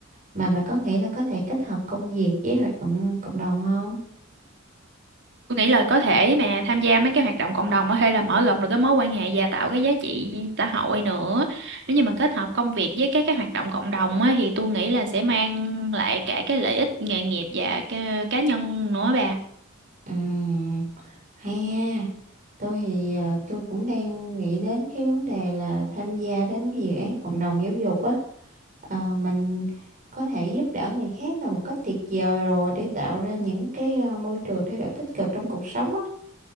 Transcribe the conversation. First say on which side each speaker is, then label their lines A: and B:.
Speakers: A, on the right; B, on the right.
A: mà bà có nghĩ là có thể kết hợp công việc với hoạt động cộng đồng không
B: tôi nghĩ là có thể mà tham gia mấy cái hoạt động cộng đồng á, hay là mở rộng được cái mối quan hệ và tạo cái giá trị xã hội nữa nếu như mà kết hợp công việc với các cái hoạt động cộng đồng á, thì tôi nghĩ là sẽ mang lại cả cái lợi ích nghề nghiệp và cái cá nhân nữa bà
A: Ừm. Hay ha, tôi thì à, tôi cũng đang nghĩ đến cái vấn đề là tham gia đến cái dự án cộng đồng giáo dục á. À, mình có thể giúp đỡ người khác là một cách tuyệt vời rồi để tạo ra những cái à, môi trường thay đổi tích cực trong cuộc sống á.